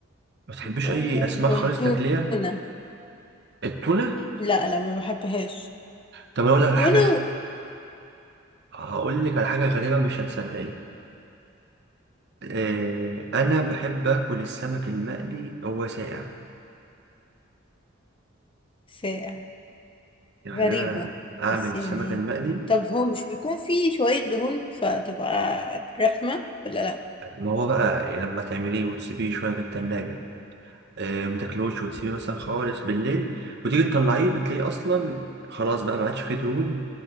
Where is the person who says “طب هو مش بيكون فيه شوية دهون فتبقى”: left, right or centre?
Left